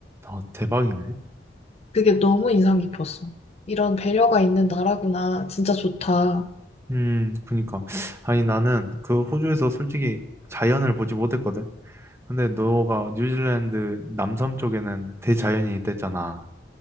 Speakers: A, on the right; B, on the left.
A: 어, 대박이네.
B: 그게 너무 인상 깊었어. 이런 배려가 있는 나라구나. 진짜 좋다.
A: 음, 그니까. 아니, 나는 그 호주에서 솔직히 자연을 보지 못했거든. 근데 너가 뉴질랜드 남섬 쪽에는 대자연이 있댔잖아.